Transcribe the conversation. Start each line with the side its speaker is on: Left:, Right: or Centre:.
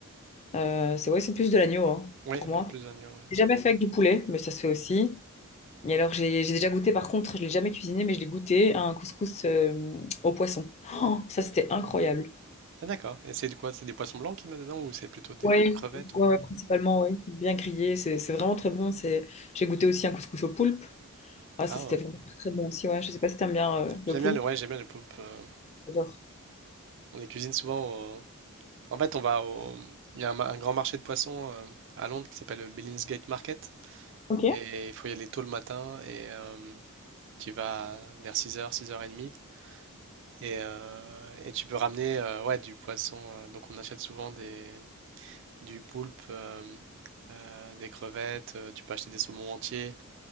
Left: Euh, c'est vrai, c'est plus de l'agneau, hein,
Right: ouais,
Left: pour moi.
Right: euh, plus d'oignons. ouais.
Left: J'ai jamais fait avec du poulet, mais ça se fait aussi. Et alors, j'ai j'ai déjà goûté, par contre, je l'ai jamais cuisiné, mais je l'ai goûté à un couscous euh, au poisson. Oh, ça, c'était incroyable.
Right: Ah, d'accord. Et c'est de quoi? C'est des poissons blancs qui mettent dedans ou c'est plutôt des
Left: Ouais,
Right: crevettes
Left: ouais,
Right: ou-
Left: ouais, principalement, ouais. Bien grillé, c'est c'est vraiment très bon. C'est... J'ai goûté aussi un couscous au poulpe. Ah, ça,
Right: Ah,
Left: c'était
Right: oh.
Left: vraiment très, très bon aussi, ouais. Je sais pas si t'aimes bien euh, le
Right: J'aime
Left: poulpe.
Right: bien le, ouais, j'aime bien les poulpes. euh,
Left: J'adore.
Right: on les cuisine souvent. au- En fait, on va au... Il y a un, ma- un grand marché de poissons euh, à Londres qui s'appelle le Billingsgate Market.
Left: Ok.
Right: Et il faut y aller tôt le matin et euh, tu y vas vers six heures six heures 30 Et, demie. et euh, et tu peux ramener euh, ouais, du poisson. euh, donc on achète souvent des, du poulpe, euh, euh, des crevettes, euh, tu peux acheter des saumons entiers,